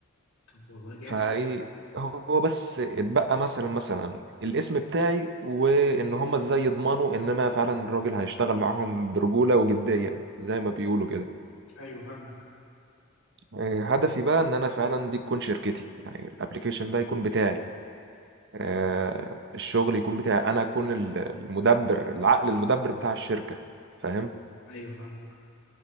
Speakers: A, on the left; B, on the right.
A: طب والله جامد
B: فايه هو بس اتبقى مثلا مثلا الاسم بتاعي وان هم ازاي يضمنوا ان انا فعلا الراجل هيشتغل معاهم برجولة وجدية زي ما بيقولوا كده
A: ايوه فاهمك
B: إيه، هدفي بقى ان انا فعلا دي تكون شركتي يعني الابليكيشن ده يكون بتاعي آه، الشغل يكون بتاعي انا اكون ال- المدبر العقل المدبر بتاع الشركة فاهم
A: ايوه فاهمك